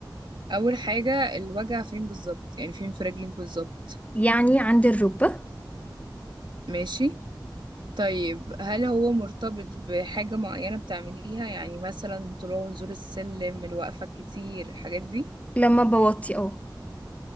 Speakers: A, on the right; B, on the left.
A: اول حاجة الوجع فين بالظبط يعني فين في رجلك بالظبط
B: يعني عندي الركبه
A: ماشي طيب هل هو مرتبط بحاجة معينة بتعمليها يعني مثلا طلوع ونزول السلم الوقفة كتير الحاجات دي
B: لما بوطي اه